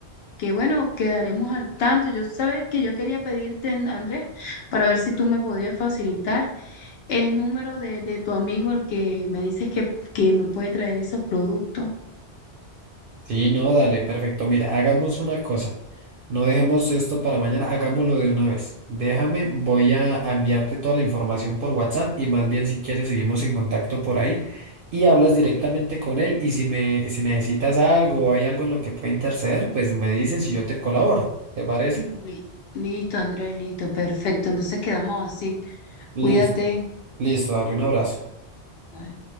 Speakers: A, on the left (about 70°); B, on the right (about 60°).
A: que bueno, quedaremos al tanto. Yo sabes que yo quería pedirte, An- Andrés, para ver si tú me podías facilitar el número de, de tu amigo, el que me dices que, que me puede traer esos productos.
B: Sí, no, dale, perfecto. Mira, hagamos una cosa. No dejemos esto para mañana, hagámoslo de una vez. Déjame, voy a a enviarte toda la información por WhatsApp y más bien si quieres seguimos en contacto por ahí y hablas directamente con él y si me, si necesitas algo o hay algo en lo que pueda interceder, pues me dices y yo te colaboro. ¿Te parece?
A: Li- Listo, Andrés, listo, perfecto. Entonces quedamos así.
B: Listo,
A: Cuídate.
B: listo, dale un abrazo.
A: Bye.